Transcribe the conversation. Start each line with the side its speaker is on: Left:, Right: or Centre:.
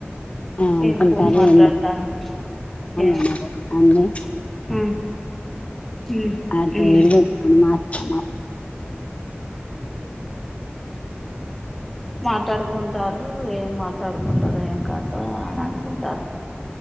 Left: ఆ అనుకుంటారు
Centre: ఏం ఫోన్ మాట్లాడతాను
Left: ఎన్నో
Centre: ఏం
Left: అయిన అన్ని
Centre: ఉమ్ ఉమ్
Left: ఎంత
Centre: ఉమ్
Left: మా అత్తమ్మ
Centre: మాట్లాడు అనుకుంటారు ఏం మాట్లాడుకుంటారు ఏం కాద అని అనుకుంటారు